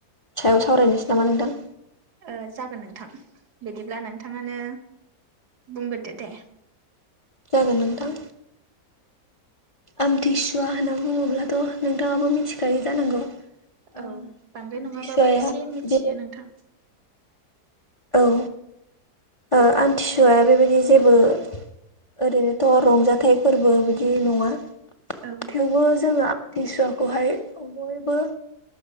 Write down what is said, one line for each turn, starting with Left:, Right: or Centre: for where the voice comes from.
Left: सायाव सावरायनोसै नामा नोंथां।
Right: ओ जागोन नोंथां बिदिब्ला नोंथाङानो बुंग्रोदो दे।
Left: जागोन नोंथां। आमथिसुवा होनना बुङोब्लाथ' नोंथाङाबो मिथिखायो जानांगौ। ओ
Right: औ बांद्राय
Left: आमथिसुवाया
Right: नङाबाबो एसे मिथियो
Left: बे
Right: नोंथां।
Left: औ ओ आमथिसुवा बेबायदि जेबो ओरैनोथ' रंजाथाइ फोरबो बिदि नङा
Right: औ।
Left: थेवबो जोङो आमथिसुवाखौहाय बयबो